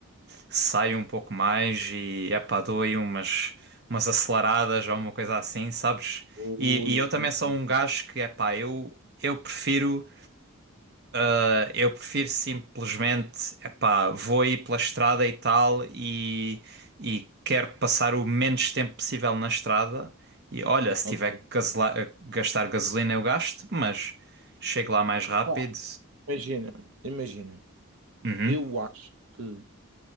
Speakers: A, on the right (about 50°); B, on the right (about 75°).
A: saio um pouco mais e, epá, dou aí umas, umas aceleradas ou uma coisa assim, sabes?
B: Ui,
A: E, e eu também
B: ui,
A: sou
B: ui.
A: um gajo que, epá, eu, eu prefiro. Eh, Eu prefiro simplesmente, epá, vou aí pela estrada e tal e, e quero passar o menos tempo possível na estrada. E olha, se
B: Ok.
A: tiver que gasela- gastar gasolina eu gasto, mas chego lá mais rápido.
B: Pá, imagina, imagina.
A: Uhum,
B: Eu acho que,